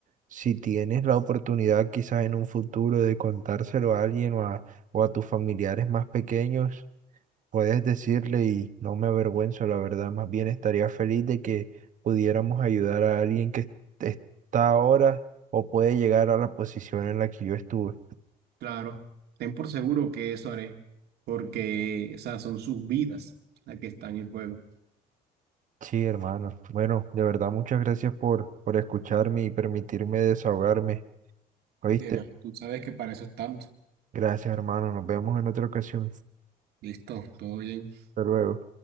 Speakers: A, on the right; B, on the right.
A: Si tienes la oportunidad quizás en un futuro de contárselo a alguien o a, o a tus familiares más pequeños, Puedes decirle y no me avergüenzo, la verdad, más bien estaría feliz de que pudiéramos ayudar a alguien que est- está ahora o puede llegar a la posición en la que yo estuve.
B: Claro, ten por seguro que eso haré, porque, o sea, son sus vidas las que están en juego.
A: Sí, hermano. Bueno, de verdad, muchas gracias por, por escucharme y permitirme desahogarme.
B: Bien,
A: ¿Oíste?
B: ah tú sabes que para eso estamos.
A: Gracias, hermano. Nos vemos en otra ocasión.
B: Listo, todo bien.
A: Hasta luego.